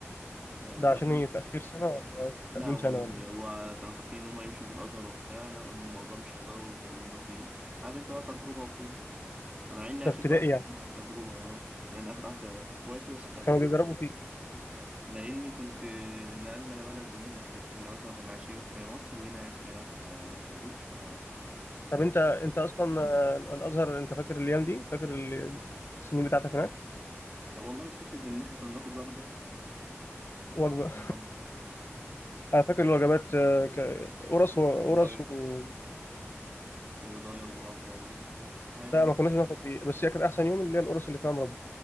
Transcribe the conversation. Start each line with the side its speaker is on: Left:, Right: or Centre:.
Right: آه
Left: ده
Right: بعد
Left: عشان هي تاخير سنه ولا
Right: لا
Left: تقديم
Right: والله
Left: سنه ولا
Right: هو كانوا فاكرين ان هم يمشوا في الازهر وبتاع لقوا ان الموضوع مش هيقدروا يكملوا فيه عارف انت بقى تجربه وكده انا مع اني
Left: ده
Right: اخر
Left: ابتدائي
Right: واحد
Left: يعني
Right: بس تجربه اه يعني اخر واحد في في اخواتي بس تجربه
Left: كانوا بيجربوا فيه
Right: لاني كنت نقلنا بلد جديد احنا كنا مثلا كنا عايشين في مصر جينا عشنا هنا في في طوق ف
Left: طب انت انت اصلا آه، الازهر انت فاكر الايام دي فاكر ال- السنين بتاعتك هناك
Right: والله مش فاكر غير ان احنا كنا بناخد وجبه كان
Left: وجبه
Right: فيها مربى <laughs>
Left: انا فاكر الوجبات آه، ك- قرص وقرص
Right: بيضايه
Left: و...
Right: وبيضايه ومربى وحاجات
Left: لا
Right: كده
Left: ما كناش ناخد دي بس هي كانت احسن يوم اللي هي القرص اللي فيها مربى